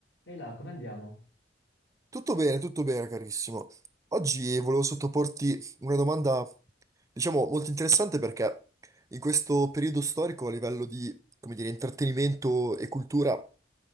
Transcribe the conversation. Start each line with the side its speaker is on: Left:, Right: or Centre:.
Left: Ehi là, come andiamo?
Right: Tutto bene, tutto bene, carissimo. Oggi volevo sottoporti una domanda, diciamo, molto interessante perché in questo periodo storico a livello di, come dire, intrattenimento e cultura,